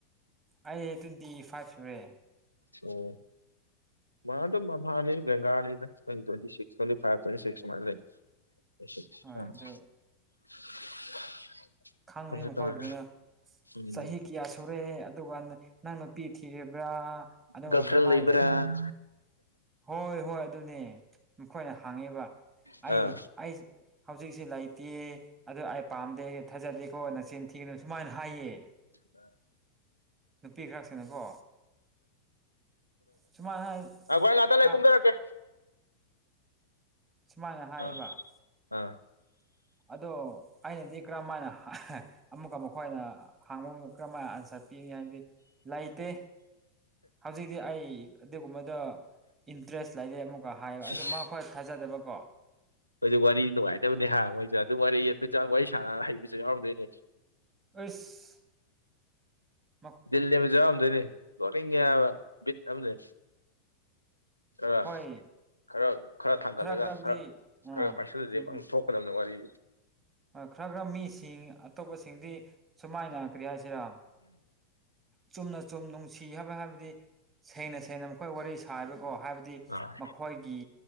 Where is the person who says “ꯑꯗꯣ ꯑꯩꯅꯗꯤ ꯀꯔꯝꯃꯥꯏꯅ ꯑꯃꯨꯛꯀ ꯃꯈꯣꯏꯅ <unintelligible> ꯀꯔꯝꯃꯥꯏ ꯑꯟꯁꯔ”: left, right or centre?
Right